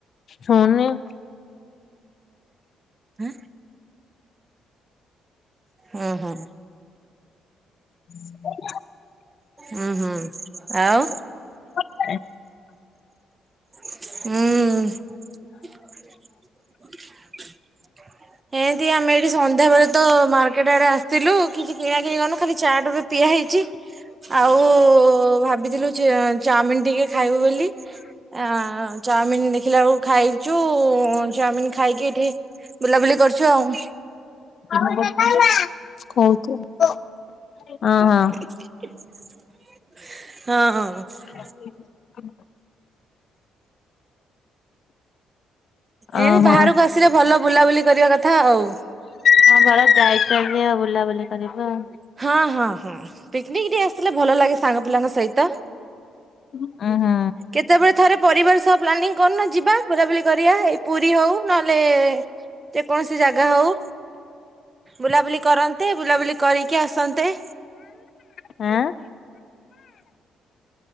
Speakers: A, on the left; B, on the right.
A: ଫୁନି
B: ଆଁ? ଉଁ ହୁଁ।
A: <unintelligible>
B: ଉଁ ହୁଁ ଆଉ
A: ହଁ।
B: ଉଁ। ଏଁନ୍ତି ଆମେ ଏଠି ସନ୍ଧ୍ୟା ବେଳେ ତ ମାର୍କେଟ ଆଡରେ ଆସିଥିଲୁ। କିଛି କିଣା କିଣି କରିନୁ ଖାଲି ଚା ବି ପିଆ ହେଇଚି। ଆଉ ଭାବିଥିଲୁ ଚି ଚାଉମିନ ଟିକେ ଖାଇବୁ ବୋଲି। ଆ ଚାଉମିିନ ଦେଖିଲା ବେଳକୁ ଖାଇଛୁ ଚାଉମିିନ ଖାଇକି ଏଠି ବୁଲାବୁଲି କରୁଚୁ ଆଉ।
A: ଅ ହଁ।
B: ହଁ।
A: ା <unintelligible>
B: ଏଁତି
A: ଓହୋ
B: ବାହାରକୁ
A: ହଁ
B: ଆସିଲେ ଭଲ ବୁଲାବୁଲି କରିବା କଥା ଆଉ।
A: ହଁ ଭଲ ଯାଇଚ ଯେ ଆଉ ବୁଲାବୁଲି କରିବୁ ଆଉ।
B: ହଁ ହଁ ହୁଁ ପିକନିକ ଟିକେ ଆସଥିଲେ ଭଲ ଲାଗେ ସାଙ୍ଗ ପିଲାଙ୍କ ସହିତ।
A: ଉଁ ଉଁ ହୁଁ।
B: କେତେବେଳେ ଥରେ ପରିବାର ସହ ପ୍ଲାନିଂ କରୁନ ଯିବା। ବୁଲାବୁଲି କରିବା ଏଇ ପୁରୀ ହଉ ନହେଲେ ଯେକୌଣସି ଜାଗା ହଉ। ବୁଲାବୁଲି କରନ୍ତେ ବୁଲାବୁଲି କରିକି ଆସନ୍ତେ।
A: ଆଁ?